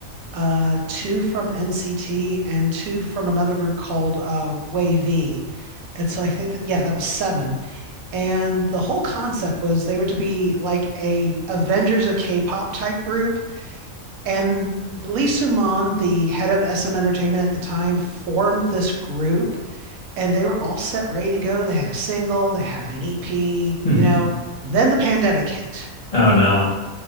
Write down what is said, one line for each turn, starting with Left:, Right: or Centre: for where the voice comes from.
Right: uh, two from NCT, and two from another group called uh, Wavy. And so I think that, yeah, that was seven and the whole concept was they were to be like a Avengers of K-pop type group. And Lee Soo Suman, the head of SM Entertainment at the time, formed this group, and they were all set ready to go. They had a single, they had an EP,
Left: Mhm.
Right: you know. Then the pandemic hit,
Left: Oh no.